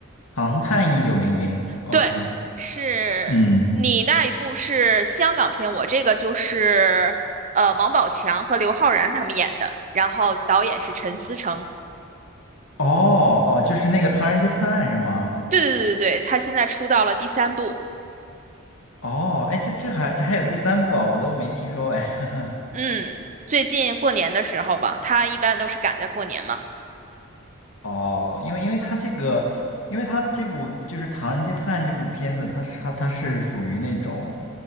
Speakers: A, on the left; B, on the right.
A: 唐探一九零零》，OK，
B: 对，是你那一部是香港片，
A: 嗯，
B: 我这个就是呃王宝强和刘昊然他们演的，然后导演是陈思诚。
A: 哦哦，就是那个《唐人街探案》是吗？
B: 对对对对对，他现在出到了第三部。
A: 哦，哎，这这还这还有第三部啊，我都没听说哎，<laughs>
B: 嗯，最近过年的时候吧，他一般都是赶在过年嘛。
A: 哦，因为因为他这个，因为他这部就是《唐人街探案》这部片子，它是它它是属于那种，